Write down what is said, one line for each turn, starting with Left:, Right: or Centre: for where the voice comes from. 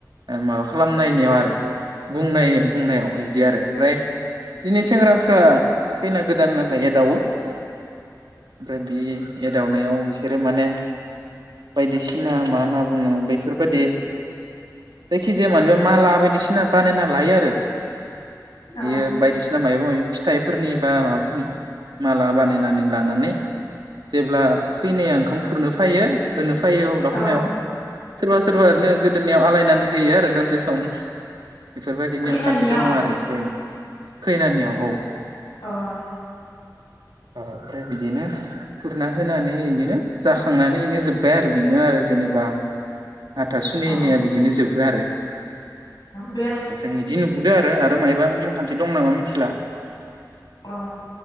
Right: माबा खालामनायनियाव आरो। बुंनाय बुंनायाव बिब्दि आरो। ओमफ्राय दिनो सेंग्रा फ्रा खैना गोदान नालाय एदावो। ओमफ्राय बि एद दावनायाव बिसोरो माने बायदिसिना मा होनना बुङो बैफोरबायदि जायखिजाया मानिबा माला बायदिसिना बानायना लायोआरो। बियो
Left: औ
Right: बायदिस ना मायबा मायब फिथाइफोरनि बा माबाफोरनि माला बानायनानै लानानै जेब्ला खैनाया ओंखाम खुरनो फैयो होनो फैयो अब्ला
Left: औ
Right: हमायाव सोरबा सोरबा
Left: औ
Right: ओरनो गोदोनायाव आलाय नानै होयो आरो दसे सम। बेफोरबायदि
Left: खैनानियाव
Right: नेमखान्थि दङ आरो एसे खैनानियाव औ।
Left: अह
Right: ओ ओमफ्राय बिदिनो खुरना होनानै इदिनो जाखांनानै बिनो जोबबाय आरो बिनो आरो जेनेबा। हाथा सुनि
Left: अ
Right: होननाया बिदिनो जोब बोआरो।
Left: बे
Right: जों बिदि नुबोदो आरो आरो मायबा नियाव सानसे दं नामा मिथिला
Left: औ